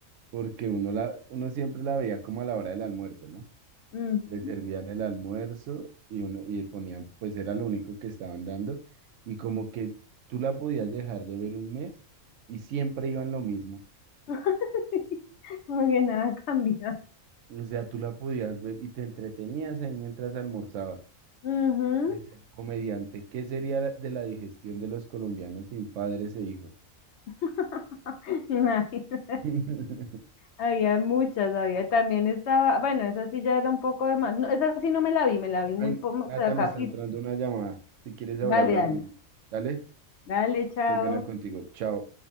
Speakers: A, on the right (about 70°); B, on the left (about 65°).
A: porque uno la, uno siempre la veía como a la hora del almuerzo, ¿no?
B: Ujú.
A: Le servían el almuerzo y uno, y ponían, pues era lo único que estaban dando, y como que tú la podías dejar de ver un mes y siempre iban lo mismo.
B: <laughs> Como que nada cambia.
A: O sea, tú la podías ver y te entretenías ahí mientras almorzabas.
B: Ujú.
A: Decía un comediante, ¿qué sería la- de la digestión de los colombianos sin padres e hijos?
B: <laughs> Imagínate.
A: <laughs>
B: Había muchas, había. También estaba, bueno, esa sí ya era un poco de más. No, esa sí no me la vi, me la vi muy
A: Ay,
B: poco
A: Nata, me
B: capítulo.
A: está entrando una llamada. Si quieres, ahora
B: Dale,
A: hablamos.
B: dale.
A: Dale,
B: Dale, chao.
A: qué pena contigo. Chao.